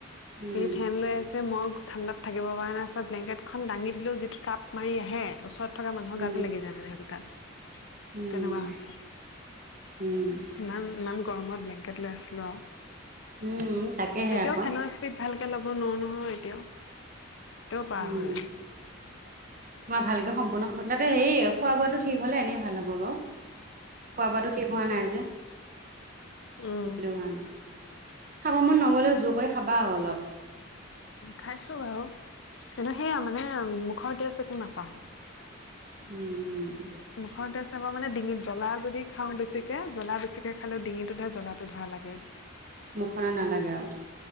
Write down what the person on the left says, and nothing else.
ই ফেন লৈ আছে মই। ঠাণ্ডাত থাকিব পৰা নাই চ ব্লেংকেটখন দাঙি দিলেও যিটো তাপ মাৰি আহে ওচৰত থকা মানুহৰ
গাত। <inaudible> যায় মানে সেইটো তাত।
তেনেকুৱা হৈছে
ইমান ইমান গৰমত ব্লেং। কেত লৈ আছিলো আৰু
এতিয়াও
ফেনৰ। পিত ভালকে ল'ব নোৱাৰো নহয় এতিয়াও। পাৰা
হোৱা নাই।
উম
খাইছো বাৰু কিন্তু সেয়া মানে মুখৰ টেষ্ট একো নাপাওঁ।
মুখৰ তেজ নাপা মানে ডিঙিত জ্বলা যদি। খাওঁ বেছিকে জ্বলা বেছিকে খালে ডিঙিটোতে জ্বলাটো ধৰা লাগে।